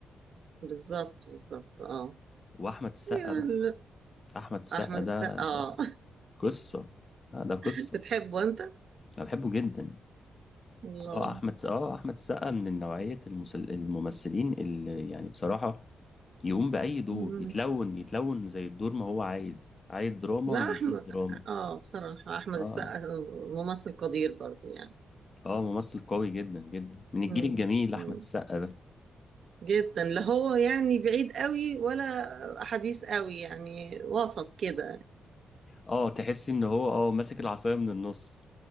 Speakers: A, on the right; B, on the left.
A: بالظبط بالظبط أه
B: واحمد السقا
A: أيوة،
B: بقى
A: ال-
B: احمد السقا
A: أحمد
B: ده
A: السقا
B: ده
A: أه
B: قصة آه، ده قصة
A: <laughs> بتحبه أنت؟
B: انا بحبه جدا
A: والله
B: اه احمد س- اه احمد السقا من نوعية المسل... الممثلين اللي يعني بصراحة يقوم بأي دور
A: مم.
B: يتلون يتلون زي الدور ما هو عايز عايز دراما
A: لا
B: يديك
A: احمد
B: دراما
A: اه بصراحة احمد
B: اه
A: السقا ممثل قدير برضو يعني
B: اه ممثل قوي جدا جدا من
A: مم.
B: الجيل الجميل احمد
A: مم.
B: السقا ده
A: جدا لا هو يعني بعيد قوي ولا حديث قوي يعني وسط كده
B: اه تحس ان هو اه ماسك العصاية من النص